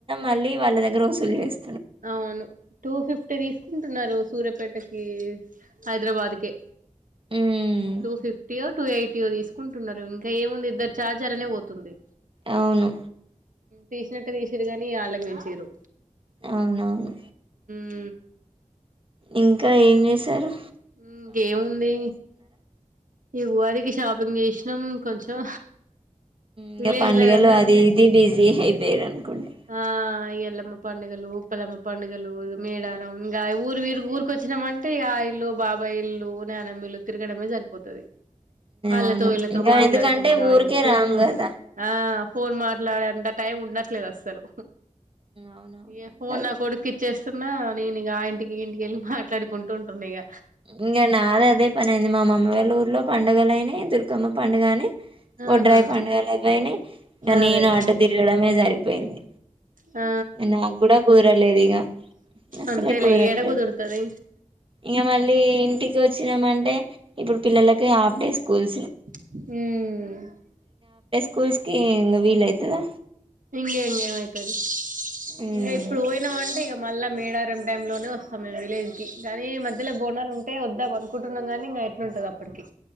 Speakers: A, on the right (about 40°); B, on the right (about 85°).
A: మళ్ళీ వాళ్ళ దగ్గర వసూలు చేస్
B: అవును టూ ఫిఫ్టీ తీసుకుంటున్నరు సూర్యపేటకి హైదరాబాద్ కె
A: మ్మ్
B: టు ఫిఫ్టీ యో టు ఎయి టియో తీసుకుంటున్నరు ఇంకా ఏముంది ఇద్దరు ఛార్జ్ అల్లనే పోతుంది
A: అవును
B: తీసినట్టే తీసిరుకని అల్లకు పెంచిరు
A: అవునవును
B: ఉ
A: ఇంకా ఏం చేసారు
B: ఇంకేముంది ఈ ఉగాదికి షాపింగ్ చేసినాం కొంచెం
A: ఇంకా
B: విలేజ్
A: పండుగలు
B: లో కదా అంతే
A: అది ఇది బిజీ అయిపోయారు అనుకోండి
B: ఆ ఎల్లమ్మ పండుగలు ఉప్పలమ్మ పండుగలు, మేడారం ఇంకా ఊరు వేర్ ఊరికొచ్చినామంటే ఆ ఇల్లు బాబాయిల్లు, నానమిల్లు తిరగడమే సరిపోతది వాళ్ళతో
A: అవును
B: వీళ్ళతో
A: ఇంకా
B: మాట్లాడుకుంటా
A: ఎందుకంటే ఊరికే
B: ఇంకా ఫోను
A: రాము కదా
B: ఆ ఫోన్ మాట్లాడెంత టైం ఉండట్లేదు అస్సలు
A: అవునవును
B: ఇగ
A: ఉండదు
B: ఫోనా కొడుకిచ్చెస్ తున్నా నేను ఇగ ఆ ఇంటికి ఈ ఇంటికెళ్ళి మాట్లాడుకుంటూ ఉంటున్న ఇక
A: ఇంక నాదదే పనే ఉంది మా మమ్మీ వాళ్ళూర్లో పండగలైనాయ్ దుర్గమ్మ పండుగని
B: ఆహా
A: బొడ్రాయి పండుగలు అయిపోయినాయ్
B: అదే
A: నేను ఆట తిరగడమే సరిపోయింది
B: అ
A: నా క్కూడ కుదరలేదు ఇగ అసలే
B: అంతేలే
A: కుదరట్లేదు
B: ఏడ కుదురుతది
A: ఇక మళ్ళీ ఇంటికి వచ్చినామంటే ఇప్పుడు పిల్లలకి హాఫ్ డే స్కూల్స్
B: మ్మ్
A: కూస్కి ఇంక వీలయితదా
B: ఇంకేమ్ ఏమైతది
A: మ్మ్
B: ఇంక ఇప్పుడు పోయినావంటే ఇగ మళ్ళా మేడారం టైమ్ లోనే వస్తామ్ మేమ్ విలేజ్కి కానీ మధ్యలో బోనాలు ఉంటే వద్దాం అను నుకుంటున్నాం కానీ ఇంకా ఎట్లుంటదో అప్పటికి